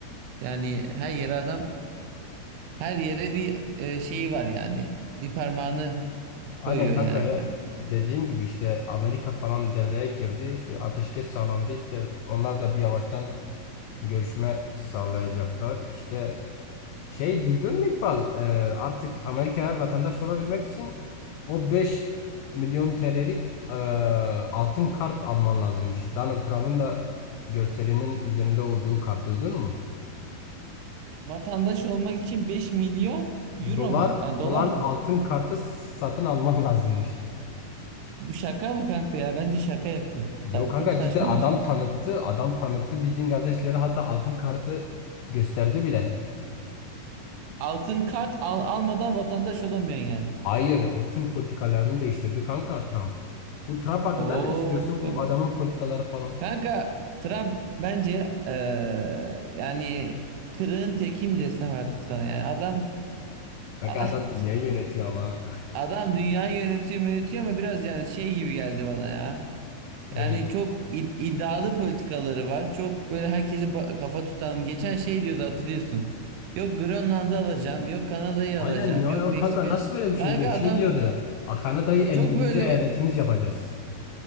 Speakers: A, on the right; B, on the left.
A: Yani her yere adam her yere bir e, şeyi var yani. Bir parmağını koyuyor
B: Aynen kanka
A: yani
B: ya
A: kanka.
B: dediğim gibi işte Amerika falan devreye girdi işte ateşkes sağlandı işte onlar da bir yavaştan görüşme sağlayacaklar işte şey duydun mu İkbal Ee, artık Amerika'ya vatandaş olabilmek için o beş milyon TL'lik e, altın kart alman lazımmış Donald Trump'ın da görselinin üzerinde olduğu kart duydun mu?
A: Vatandaş olmak için 5 milyon euro
B: Dolar
A: mu? A, dolar
B: olan
A: mı?
B: altın kartı satın alman <laughs> lazımmış.
A: Bu şaka mı kanka ya? Bence şaka yapıyor.
B: Yok
A: Sa-
B: kanka
A: çok saçma
B: cidden adam
A: bir şey.
B: tanıttı. Adam tanıttı bildiğin gazetecilere hatta altın kartı gösterdi bile.
A: Altın kart al almadan vatandaş olamıyorsun yani.
B: Hayır o tüm politikalarını değiştirdi kanka Trump. Bu Trump hakkında
A: Oo
B: ne düşünüyorsun? Bu
A: kanka.
B: adamın politikaları falan.
A: Kanka, Trump bence eee, yani kırığın teki mi desem artık sana yani adam
B: Bak
A: <laughs>
B: adam dünyayı yönetiyor ama.
A: adam dünyayı yönetiyor yönetiyor ama biraz yani şey gibi geldi bana ya.
B: Ne
A: Yani
B: gibi?
A: çok id- iddialı politikaları var. Çok böyle herkese ba- kafa tutan. Geçen şey diyordu hatırlıyorsun. Yok Grönland'ı alacağım. Yok Kanada'yı
B: Aynen
A: alacağım.
B: ya,
A: Yok
B: ya
A: Meksika.
B: kanka nasıl böyle bir şey
A: Kanka
B: diyor? Şey
A: adam
B: diyordu. "A, Kanada'yı 51.
A: çok böyle
B: eyaletimiz yapacağız.